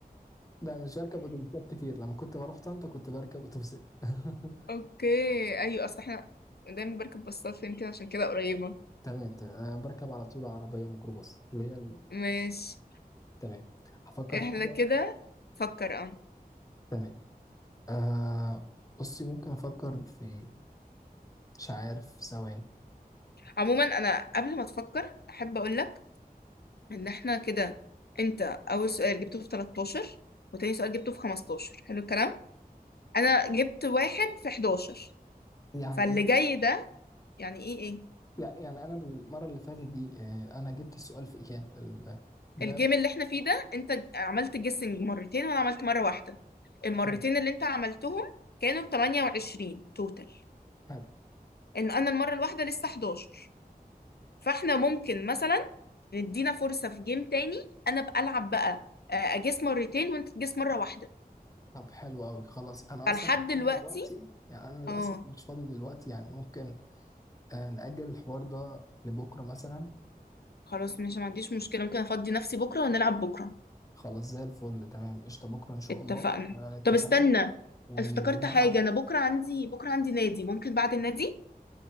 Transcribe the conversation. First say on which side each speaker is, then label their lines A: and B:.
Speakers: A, on the left; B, on the left.
A: لا انا مش بركب اتوبيسات كتير لما كنت بروح طنطا كنت بركب اتوبيسات <laughs>
B: أوكي أيوة أصل إحنا دايما بركب باصات يمكن عشان كده قريبة
A: تمام تمام انا بركب على طول عربيه ميكروباص اللي هي ال-
B: ماشي
A: تمام هفكر
B: إحنا
A: في حاجه
B: كده فكر اه
A: تمام آه بصي ممكن افكر في مش عارف ثواني
B: عموما أنا قبل ما تفكر أحب أقولك إن إحنا كده أنت أول سؤال جبته في 13 وتاني سؤال جبته في 15 حلو الكلام انا جبت واحد في 11
A: يعني
B: فاللي
A: ايه
B: جاي ده يعني ايه ايه
A: يعني يعني انا المره اللي فاتت دي آه انا جبت السؤال في كام ال- لا
B: الجيم اللي احنا فيه ده انت ج- عملت جيسنج مرتين وانا عملت مرة واحدة المرتين
A: حلو
B: اللي انت عملتهم كانوا ب 28 توتال
A: حلو
B: ان انا المرة الواحدة لسه 11 فاحنا ممكن مثلا ندينا فرصة في جيم تاني انا بقى العب بقى آه، اجيس مرتين وانت تجيس مرة واحدة
A: طب حلو قوي خلاص انا
B: فلحد
A: اصلا مش
B: دلوقتي
A: فاضي دلوقتي يعني انا للاسف
B: اه
A: مش فاضي دلوقتي يعني ممكن آه، نأجل الحوار ده لبكره مثلا
B: خلاص ماشي ما عنديش مشكلة ممكن افضي نفسي بكرة ونلعب بكرة
A: فخلاص زي الفل تمام قشطه بكره ان شاء
B: اتفقنا
A: الله آه، اتفقنا
B: طب استنى
A: وهبعت
B: افتكرت حاجة أنا بكرة عندي بكرة عندي نادي ممكن بعد النادي